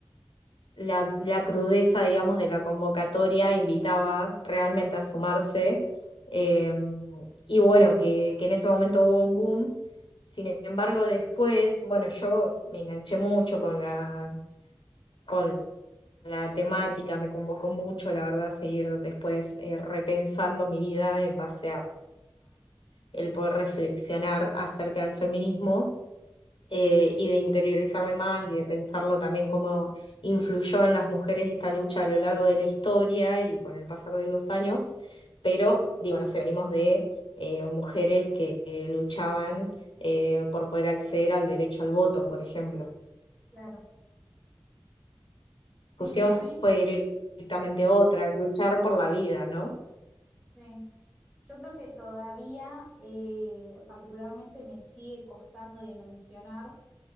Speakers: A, on the left; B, on the right.
A: la, la crudeza, digamos, de la convocatoria invitaba realmente a sumarse. eh, y bueno, que, que en ese momento hubo un boom. Sin embargo, después, bueno, yo me enganché mucho con la, con la temática, me convocó mucho, la verdad, seguir después eh, repensando mi vida en base a el poder reflexionar acerca del feminismo eh, y de interiorizarme más y de pensarlo también cómo influyó en las mujeres esta lucha a lo largo de la historia y con el pasar de los años, pero digo, no sé, venimos de eh, mujeres que eh, luchaban eh, por poder acceder al derecho al voto, por ejemplo. La
B: Claro. Sí,
A: discusión
B: sí, a mí,
A: fue directamente otra, luchar por la vida, ¿no? <clears throat>
B: eh, yo creo que todavía eh, particularmente me sigue costando dimensionar